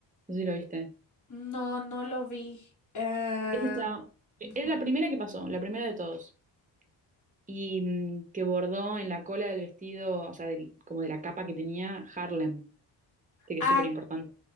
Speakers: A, on the right; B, on the left.
A: no sé si lo viste.
B: No, no lo vi. Eh,
A: Esa estaba- era
B: ujú.
A: la primera que pasó, la primera de todos. y mm, que bordó en la cola del vestido, o sea, del- como de la capa que tenía, Harlem, que es
B: Ah,
A: súper importante.